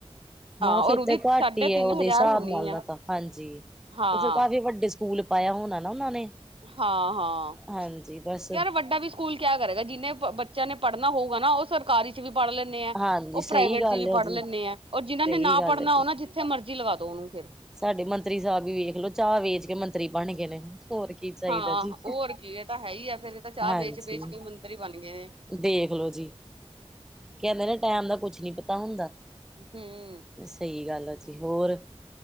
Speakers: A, in the centre; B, on the right.
A: ਹਾਂ,
B: ਔਰ
A: ਫੇਰ
B: ਉਹਦੀ
A: ਤੇ ਘੱਟ
B: ਸਾਢੇ
A: ਈ ਐ,
B: ਤਿੰਨ
A: ਉਹਦੇ
B: ਹਜ਼ਾਰ
A: ਹਿਸਾਬ
B: ਹੋਣੀ
A: ਨਾਲ
B: ਆ
A: ਨਾ ਤਾਂ ਹਾਂਜੀ,
B: ਹਾਂ
A: ਓ ਫੇਰ ਕਾਫ਼ੀ ਵੱਡੇ ਸ- ਕੂਲ ਪਾਏਆ ਹੋਨਾ ਨਾ ਓਨਾਂ ਨੇ।
B: ਹਾਂ- ਹਾਂ,
A: ਹਾਂਜੀ ਬਸ
B: ਯਾਰ ਵੱਡਾ ਵੀ ਸਕੂਲ ਕਿਆ ਕਰੇਗਾ, ਜਿੰਨੇ ਬੱਚੇਆਂ ਨੇ ਪੜ੍ਹਨਾ ਹੋਊਗਾ ਨਾ, ਓ ਸਰਕਾਰੀ 'ਚ ਵੀ ਪੜ੍ਹ ਲੈਂਨੇ ਐਂ,
A: ਹਾਂਜੀ
B: ਓ
A: ਸਹੀ
B: ਪ੍ਰਾਈਵੇਟ
A: ਗੱਲ
B: ਚ ਵੀ
A: ਹੈ
B: ਪੜ੍ਹ
A: ਜੀ
B: ਲੈਂਨੇ ਐਂ ਔਰ ਜਿਨਾਂ ਨੇ
A: ਸਹੀ
B: ਨਾ,
A: ਗੱਲ
B: ਪੜ੍ਹਨਾ
A: ਹੈ ਜੀ।
B: ਉਨਾਂ ਜਿ ਜਿੱਥੇ ਮਰਜੀ ਲਗਾ ਦੋ ਓਨੂੰ ਫੇਰ।
A: ਸਾਡੇ ਮੰਤਰੀ ਸਾਬ ਵੀ ਵੇਖ ਲਓ, ਚਾਹ ਵੇਚ ਕੇ ਮੰਤਰੀ ਬਣ ਗਏ ਨੇ। ਹੋਰ ਕੀ ਚਾਈਦਾ
B: ਹਾਂ
A: ਜੀ,
B: ਹੋਰ ਕੀ ਇਹ ਤਾਂ ਹੈ ਹੀ ਆ ਫੇਰ ਇਹ ਤਾਂ ਚਾਹ
A: ਹਾਂਜੀ।
B: ਵੇਚ ਵੇਚ ਕੇ ਮੰਤਰੀ ਬਣ ਗਏ ਨੇ
A: ਦੇਖ ਲੋ ਜੀ, ਕੈੰਦੇ ਨੇ ਟੈਮ ਦਾ ਕੁਛ ਨੀਂ ਪਤਾ ਹੁੰਦਾ।
B: ਹਮ।
A: ਸਈ ਗੱਲ ਆ ਜੀ, ਹੋਰ?